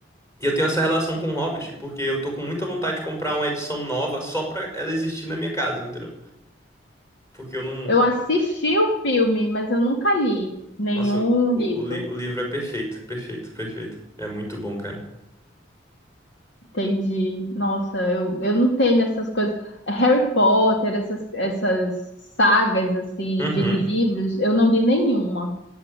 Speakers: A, on the left; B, on the left.
A: E eu tenho essa relação com o Hobbit porque eu tô com muita vontade de comprar uma edição nova só pra ela existir na minha casa, entendeu? Porque eu não.
B: Eu assisti o filme, mas eu nunca li nenhum
A: Nossa, o,
B: livro.
A: o li- o livro é perfeito, perfeito, perfeito. É muito bom, cara.
B: Entendi. Nossa, eu, eu não tenho essas coisas. Harry Potter, essas, essas sagas assim
A: Uhum.
B: de livros, eu não li nenhuma.